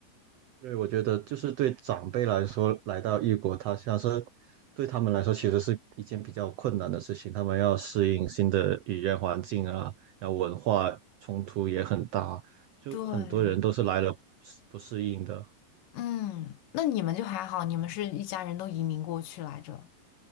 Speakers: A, on the right; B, on the left.
A: 对，我觉得就是对长辈来说，来到异国他乡是对他们来说其实是一件比较困难的事情，他们要适应新的语言环境啊，然后文化冲突也很大，就很多人都是来了不适不适应的。
B: 对，嗯，那你们就还好，你们是一家人都移民过去来着。